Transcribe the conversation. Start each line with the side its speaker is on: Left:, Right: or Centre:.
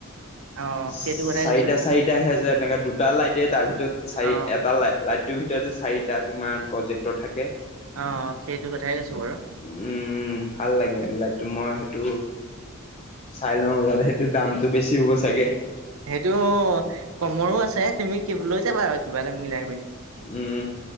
Right: অ
Left: চাৰিটা
Right: সেইটো কথাই কৈছো
Left: চাৰিটা আহে যে, এনেকে দুটা লাইটেই, তাৰ ভিতৰত চাৰি
Right: অ
Left: এটা লাই লাইট টোৰ ভিতৰতেই চাৰিটা তোমাৰ প্ৰজেক্টৰ থাকে। উম,
Right: অ সেইটো কথাই কৈছো বাৰু
Left: ভাল লাগে লাইট টো মই সেইটো চাই লওঁ ৰ'বা দে, সেইটো দামতটো বেছি হ'ব চাগে।
Right: হেইটো কমৰো আছে, তুমি কিব লৈ যাবা আৰু কিবা এটা মিলাই মেলি।
Left: উম